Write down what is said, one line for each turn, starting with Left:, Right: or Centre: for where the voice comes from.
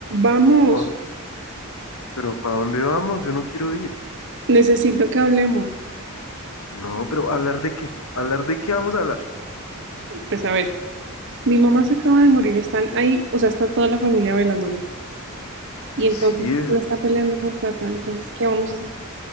Right: Vamos,
Left: Oh, pero ¿para dónde vamos? Yo no quiero ir.
Right: necesito que hablemos.
Left: No, pero ¿hablar de qué? ¿Hablar de qué vamos a hablar?
Right: Pues a ver, mi mamá se acaba de morir, están ahí, o sea, está toda la familia bailándola.
Left: Pues
Right: Y entonces
Left: sí, eh,
Right: ella está peleando por plata, entonces, ¿qué vamos a hacer?